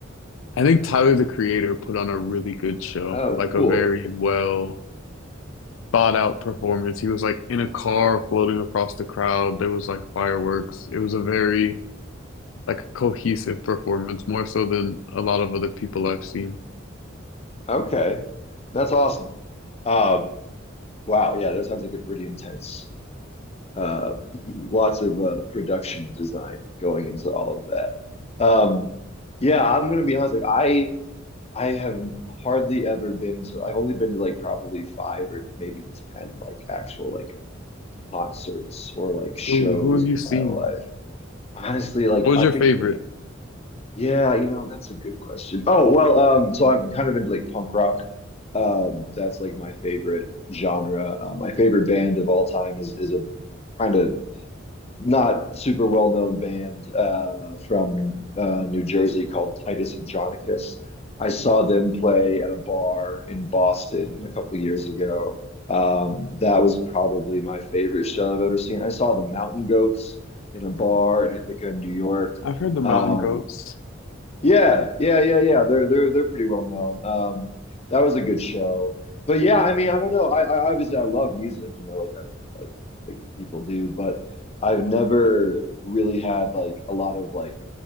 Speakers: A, on the left; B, on the left.
A: I think Tyler the Creator put on a really good show,
B: Oh,
A: like
B: cool.
A: a very well thought out performance. He was like in a car floating across the crowd. There was like fireworks. It was a very like cohesive performance, more so than a lot of other people I've seen.
B: Okay. That's awesome. Um, wow, yeah, that sounds like a pretty intense uh <laughs> lots of uh production design going into all of that. Um yeah, I'm gonna be honest, like I I have hardly ever been to I've only been to like probably five or maybe ten like actual like concerts or like shows
A: Ooh, who have you
B: in
A: seen?
B: my life. Honestly, like
A: What was
B: I
A: your
B: think
A: favorite?
B: the Yeah, you know, that's a good question. Oh, well, um, so I'm kind of into like punk rock. Um, that's like my favorite genre. Uh, my favorite band of all time is is a kind of not super well-known band uh from uh New Jersey called Titus Andronicus. I saw them play at a bar in Boston a couple years ago. Um, that was probably my favorite show I've ever seen. I saw the Mountain Goats in a bar in Ithaca, New York.
A: I've heard the Mountain
B: Um,
A: Goats.
B: yeah, yeah, yeah, yeah. They're they're they're pretty well known. Um, that was a good show. But yeah, I mean, I don't know. I, I obviously I love music, you know, like I'm, I think people do, but I've never really had like a lot of like